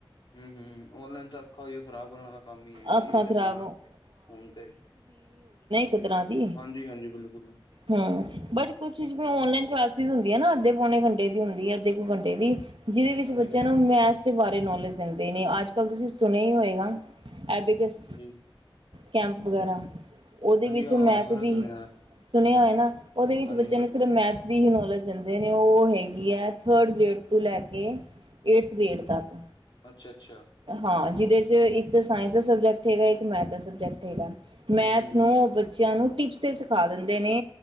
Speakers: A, on the left (about 55°); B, on the right (about 70°).
A: ਹੂੰ ਹੂੰ ਔਨਲਾਈਨ ਤੋ ਅੱਖਾ ਓਈ ਖਰਾਬ ਕਰਨ ਵਾਲ ਦਾ ਕੰਮ ਹੀ ਹੈ
B: ਅੱਖਾਂ
A: ਟੀ ਵੀ ਤੇ
B: ਖ਼ਰਾਬ
A: ਬੈਣਾ ਤੇ
B: ਹੋ
A: ਫੋਨ ਤੇ
B: ਕਿਦਰਾ ਦੀ
A: ਹਾਂਜੀ ਹਾਂਜੀ ਬਿਲਕੁਲ ਜੀ।
B: ਹੂੰ ਬਟ ਕੁਛ ਚ ਔਨਲਾਈਨ ਕਲਾਸ ਸੀਸ ਹੁੰਦੀ ਹੈ ਨਾ ਅੱਧੇ, ਪੌਣੇ ਘੰਟੇ ਦੀ ਹੁੰਦੀ ਹੈ ਅੱਧੇ ਕੁ ਘੰਟੇ ਦੀ, ਜਿਹਦੇ ਵਿੱਚ
A: ਹਾਂਜੀ-ਹਾਂਜੀ
B: ਬੱਚਿਆਂ ਨੂੰ
A: ਹਾਂਜੀ
B: ਮੈਥ ਬਾਰੇ ਨੌਲੇਜ ਦਿੰਦੇ ਨੇ ਅੱਜ ਕੱਲ੍ਹ ਤੁਸੀਂ ਸੁਣਿਆ ਹੀ ਹੋਏਗਾ। ਐਬੀਕਸ
A: ਹਾਂਜੀ
B: ਕੈਂਪ ਵਗੈਰਾ। ਉਹਦੇ
A: ਹਾਂਜੀ
B: ਵਿੱਚ
A: ਹਾਂ
B: ਮੈਥ
A: ਸੁਣਿਆ-ਸੁਣਿਆ
B: ਦੀ, ਸੁਣਿਆ ਹੋਇਆ ਨਾ ਉਹਦੇ ਵਿੱਚ
A: ਹਾਂਜੀ-ਹਾਂਜੀ
B: ਬੱਚਿਆਂ ਨੂੰ ਸਿਰਫ ਮੈਥ ਦੀ ਹੀ ਨੌਲੇਜ ਦਿੰਦੇ ਨੇ ਉਹ ਹੈਗੀ ਹੈ ਥਰਡ ਗ੍ਰੇਡ ਟ ਲੈ ਕੇ ਏਟਥ ਗ੍ਰੇਡ ਤੱਕ।
A: ਅੱਛਾ ਅੱਛਾ।
B: ਹਾਂ ਜਿਹਦੇ 'ਚ ਇੱਕ ਤਾਂ ਸਾਇੰਸ ਦਾ ਸਬਜੈਕਟ ਹੈਗਾ ਇੱਕ ਮੈਥ ਦਾ ਸਬਜੈਕਟ ਹੈਗਾ।
A: ਹੂੰ-ਹੂੰ
B: ਮੈਥ ਨੂੰ ਬੱਚਿਆਂ ਨੂੰ ਟਿਪਸ ਦੇ ਸ। ਖਾ ਦਿੰਦੇ ਨੇ